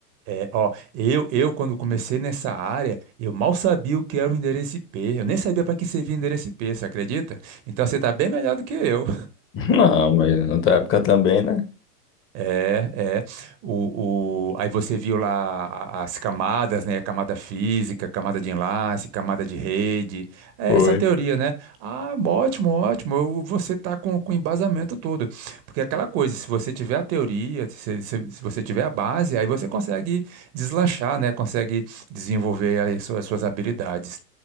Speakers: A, on the right; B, on the left.
A: É, ó, eu, eu quando comecei nessa área, eu mal sabia o que era o endereço IP. Eu nem sabia para que servia endereço IP, você acredita? Então você está bem melhor do que eu.
B: <laughs> Não, mas na tua época também, né?
A: É, é. O, o... Aí você viu lá a- as camadas, né? A camada física, camada de enlace, camada de rede. É
B: Foi.
A: essa teoria, né? Ah, ótimo, ótimo. Eu- Você tá com, com o embasamento todo. Porque é aquela coisa, se você tiver a teoria, se, se, se você tiver a base, aí você consegue deslanchar, né? Consegue desenvolver aí as suas, as suas habilidades.